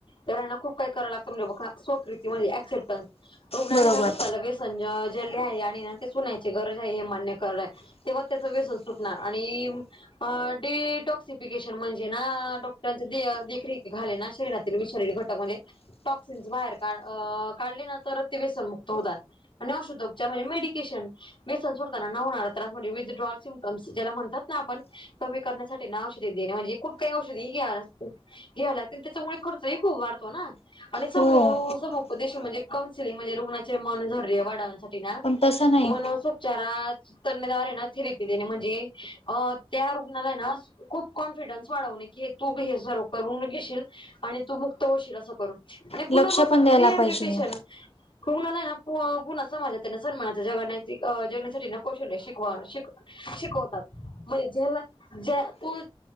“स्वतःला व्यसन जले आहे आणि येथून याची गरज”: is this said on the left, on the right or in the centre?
Left